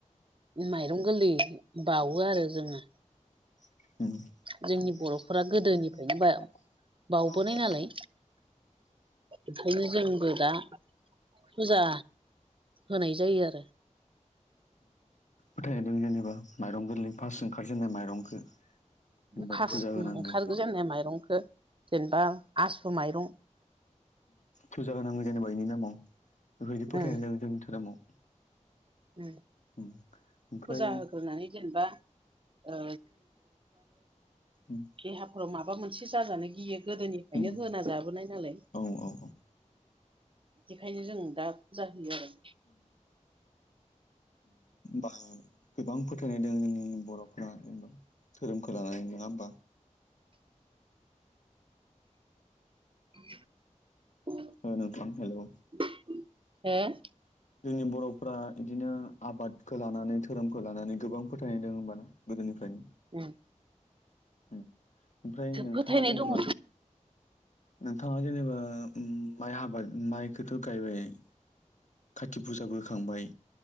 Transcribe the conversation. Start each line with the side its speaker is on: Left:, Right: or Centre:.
Right: माइरं गोरलै बावो आरो जोङो
Left: <unintelligible>
Right: जोंनि बर'फोरा गोदोनिफ्रायनो बा बावबोनाय
Left: दाव ब
Right: नालाय ओंखायनो जोंबो दा फुजा होनाय जायो आरो
Left: फोथायदों जेनेबा माइरं गोरलै फार्स्ट ओंखारजेननाय माइरंखौ जेनेबा
Right: फार्ट
Left: फुजा होनांगौ
Right: ओंखारगो जेननाय माइरंखौ जेनेबा आसु माइरं
Left: थुजा होनांगौ जेनेबा बेनि नामाव बेफोरबायदि
Right: उम
Left: फोथाय ददों जोंनि धोरोमाव
Right: उम
Left: ओमफ्राय
Right: फुजा होग्रोनानै जेनेबा ओ
Left: उम
Right: बे ह <unintelligible> माबा मोनसे जाजानो गियो गोदोनिफ्रायनो
Left: उम
Right: होना जाबोनाय नालाय
Left: औ औ
Right: बिखायनो जों दा फुजा होयो आरो
Left: बा गोबां फोथायनाय दं जोंनि बर'फोराना जेनबा धोरोमखौ लानानै नङा होमबा
Right: <unintelligible>
Left: नोंथां हेलौ
Right: <unintelligible>
Left: जोंनि बर'फ इदिनो आबादखौ लानानै धोरोमखौ लानानै गोबां फोथायनायदों होमबाना गोदोनिफ्रायनो
Right: उ
Left: ओमफ्राय नोंथाङा
Right: फोथायनाय
Left: जेनेबा
Right: दङ
Left: नोंथाङा जेनेबा माइ आबाद माइखौथ' गायबाय कत फुजाबो होखांबाय